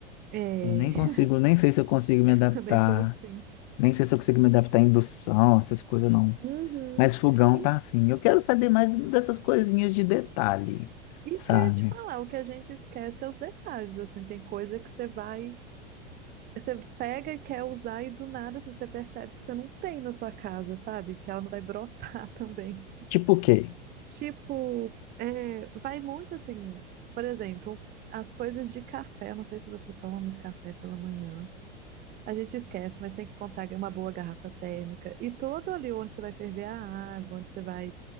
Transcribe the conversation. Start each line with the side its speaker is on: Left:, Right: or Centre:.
Right: É,
Left: Eu nem consigo, nem sei se eu consigo me
Right: <laughs>
Left: adaptar,
Right: também sou assim.
Left: nem sei se eu consigo me adaptar à indução, essas coisas não.
Right: Uhum.
Left: Mas fogão
Right: E
Left: tá assim. Eu quero saber mais dessas coisinhas de detalhe,
Right: isso
Left: sabe?
Right: que eu ia te falar, o que a gente esquece é os detalhes, assim, tem coisa que você vai, você pega e quer usar e do nada, assim, você percebe que você não tem na sua casa, sabe? Que ela não vai brotar <laughs> também.
Left: Tipo o quê?
Right: Tipo, é, vai muito assim, por exemplo, as coisas de café. eu Não sei se você toma muito café pela manhã. A gente esquece, mas tem que comprar uma boa garrafa térmica. E todo ali onde você vai ferver a água, onde você vai